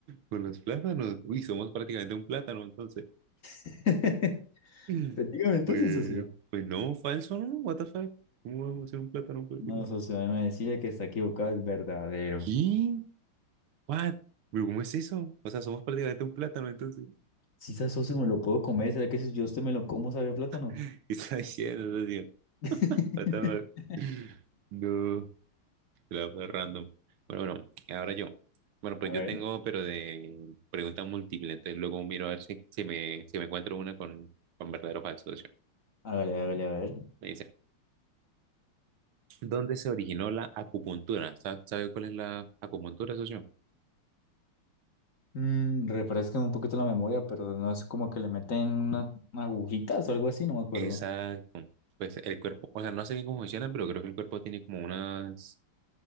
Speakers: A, on the right; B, on the left.
A: Con los plátanos. Uy, somos prácticamente un plátano, entonces.
B: <laughs>
A: <clears throat>
B: Efectivamente,
A: Pues,
B: entonces, socio.
A: pues no, falso, ¿no? What the fuck? ¿Cómo vamos a ser un plátano prácticamente?
B: No, socio, déjeme decirle que está equivocado, es verdadero.
A: ¿Qué? What? ¿Pero cómo es eso? O sea, somos prácticamente un plátano, entonces.
B: Si esa socio me lo puedo comer, ¿será que si yo a usted me lo como sabe a plátano?
A: <laughs> ¿Qué está diciendo, tío?
B: <laughs>
A: What the fuck? No, la fue random. Bueno, bueno, ahora yo. Bueno, pues
B: A ver.
A: yo tengo, pero de pregunta múltiple, entonces luego miro a ver si, si me, si me encuentro una con, con verdadero o falso. socio.
B: Hágale, hágale, a ver.
A: Me dice, ¿Dónde se originó la acupuntura? ¿Sa- ¿Sabe cuál es la acupuntura, socio?
B: Mm, refresquen un poquito la memoria, pero no es como que le meten una, una agujitas o algo así, no me acuerdo.
A: Exacto. Pues el cuerpo, o sea, no sé bien cómo funciona, pero creo que el cuerpo tiene como unas,